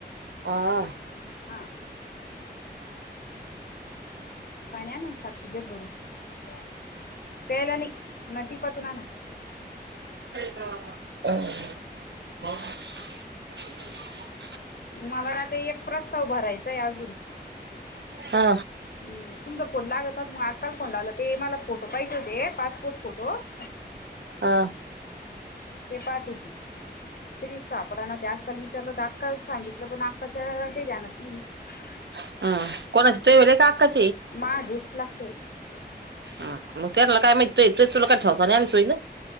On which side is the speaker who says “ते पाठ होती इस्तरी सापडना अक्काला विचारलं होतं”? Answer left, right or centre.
Left